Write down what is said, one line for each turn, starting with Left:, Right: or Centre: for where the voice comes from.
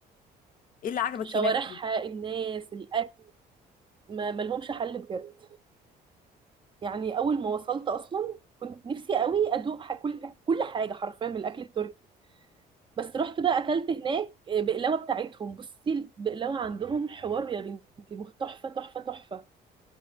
Left: ايه اللي عجبك
Right: شوارعها
Left: هناك
Right: الناس الاكل ما ملهمش حل بجد يعني اول ما وصلت اصلا كنت نفسي قوي ادوق ح- كل كل حاجه حرفيا من الاكل التركي بس رحت بقى اكلت هناك آه، بقلاوه بتاعتهم بصي البقلاوه عندهم حوار يا بنتي مخ- تحفه تحفه تحفه